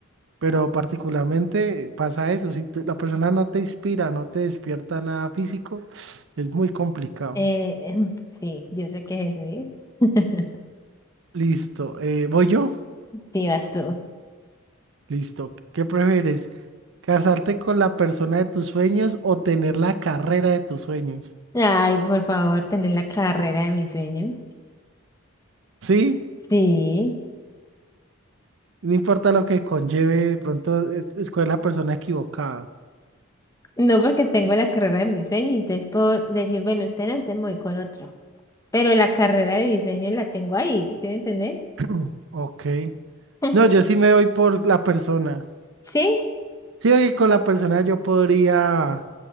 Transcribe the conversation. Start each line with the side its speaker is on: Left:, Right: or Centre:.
Right: Pero particularmente pasa eso. Si tú- la persona no te inspira, no te despierta nada físico, <sniffs> es muy complicado.
Left: Eh, em, sí, yo sé que es eso, ¿eh? <laughs>
Right: Listo. eh, ¿voy yo?
Left: Sí, vas tú.
Right: Listo. ¿Qué prefieres? ¿Casarte con la persona de tus sueños o tener la carrera de tus sueños?
Left: Ay, por favor, tener la carrera de mi sueño.
Right: Sí,
Left: Sí,
Right: no importa lo que conlleve, de pronto es- escoger la persona equivocada.
Left: no porque tengo la carrera de mi sueño, entonces puedo decir, bueno, usted antes me voy con otro, pero la carrera de mi sueño la tengo ahí, ¿sí me entendés?
Right: Mm, Ok.
Left: <laughs>
Right: No, yo sí me voy por la persona.
Left: ¿Sí?
Right: Sí, porque con la persona yo podría.